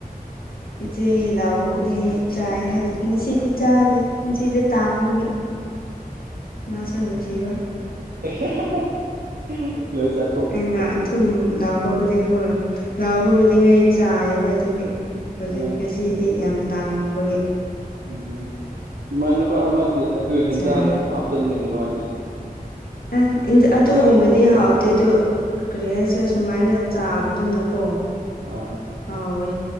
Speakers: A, on the left; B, on the right.
A: ꯏꯆꯦꯒꯤ ꯂꯥꯎꯕ ꯈꯨꯗꯤꯡ ꯆꯥꯏ ꯍꯥꯏ ꯉꯁꯤꯗꯤ ꯆꯥꯗꯦ ꯄꯨꯟꯁꯤꯁꯦ ꯇꯥꯡꯕꯒꯤ ꯃꯥꯁꯨ ꯅꯨꯡꯁꯤꯕ
B: ꯍꯦꯍꯦ <unintelligible> ꯂꯧꯏꯅꯥ ꯆꯥꯊꯣꯛ
A: ꯑꯩꯅ ꯑꯊꯨꯝ ꯂꯥꯛꯕ ꯈꯨꯗꯤꯡ ꯍꯣꯏ ꯂꯥꯛꯕ ꯈꯨꯗꯤꯡ ꯑꯩ ꯆꯥꯏꯌꯦꯕ ꯑꯗꯨꯒꯤ ꯍꯧꯖꯤꯛ
B: ꯑ
A: ꯉꯁꯤꯗꯤ ꯌꯥꯝ ꯇꯥꯡꯕꯒꯤ
B: ꯎꯝ ꯏꯃꯥꯟꯅꯕ ꯑꯃꯗꯤ ꯑꯗꯨ ꯍꯦꯟꯖꯥꯡꯗ
A: ꯆꯥꯔꯦ
B: ꯑꯗꯨꯝ ꯍꯥꯞꯆꯤꯟꯕꯅꯤ ꯃꯥꯗꯤ
A: ꯑꯦ ꯏꯟ
B: ꯍꯦꯟꯖꯥꯡ
A: ꯑꯗꯨꯒꯨꯝꯕꯗꯤ
B: ꯊꯣꯡꯅ
A: ꯍꯥꯎꯇꯦ ꯑꯗꯨ ꯀ꯭ꯔꯤ ꯍꯥꯏꯁꯤꯔ ꯁꯨꯃꯥꯏꯅ ꯆꯥꯕꯗꯨꯅꯀꯣ
B: ꯑ
A: ꯍꯥꯎꯋꯦ